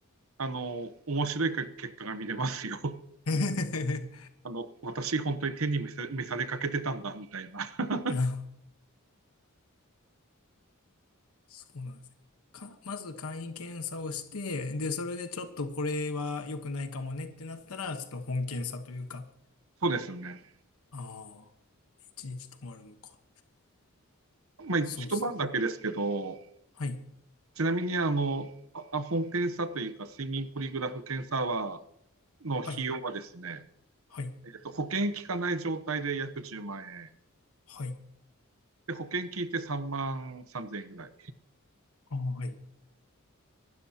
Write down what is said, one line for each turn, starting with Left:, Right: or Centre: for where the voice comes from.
Right: あの、面白い結果が見れますよ。
Left: <laughs>
Right: あの、私本当に天に召さされかけてたんだ、みたいな。<laughs>
Left: あそうなんですね。か、まず簡易検査をして、で、それでちょっとこれは良くないかもねってなったら、ちょっと本検査というか、
Right: そうですよね。
Left: ああ、一日止まるのか。
Right: まあ、一晩だけですけど、
Left: そうですね。はい、
Right: ちなみにあの、あ本検査というか、睡眠ポリグラフ検査は、の費用はですね、
Left: はい、はい、
Right: えっと、保険効かない状態で約10万円。
Left: はい、
Right: で、保険効いて3万3千円ぐらい。
Left: ああはい、